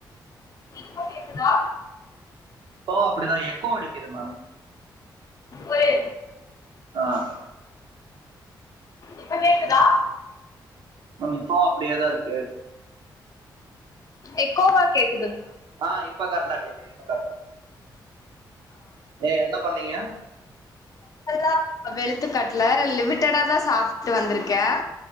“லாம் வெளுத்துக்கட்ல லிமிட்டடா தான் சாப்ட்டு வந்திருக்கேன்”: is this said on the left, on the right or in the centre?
Left